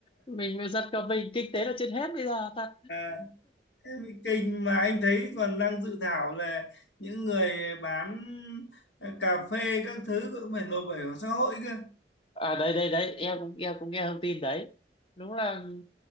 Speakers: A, on the left; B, on the left.
A: mình dân cả mình kinh tế là trên hết bây giờ thật
B: À, thế mới kinh mà anh thấy còn đang dự thảo là những người bán ờ, cà phê các thứ cũng phải nộp bảo hiểm xã hội cơ.
A: à đây đây đây em cũng em cũng nghe thông tin đấy đúng là